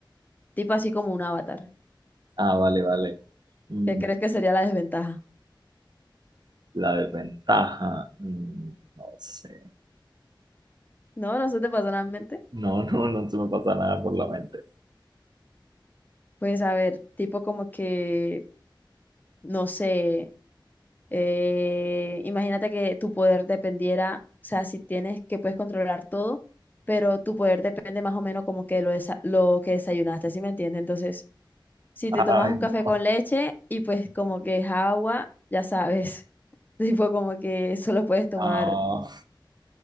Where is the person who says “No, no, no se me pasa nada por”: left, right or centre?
Right